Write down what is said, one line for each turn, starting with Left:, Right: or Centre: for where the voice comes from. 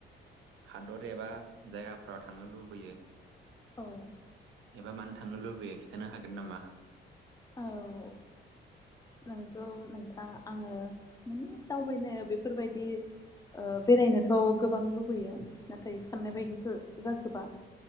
Right: हादर एबा जायगाफोराव थांनो लुबैयो
Left: औ
Right: एबा मानो थांनो लुबैयो खिन्थानो हागोन नामा
Left: औ नोंगौ नोंथां आङो माने दावबायनो बेफोरबायदि बेरायनोथ' गोबां लुबैयो नाथाय साननाय बायदिथ' जाजोबा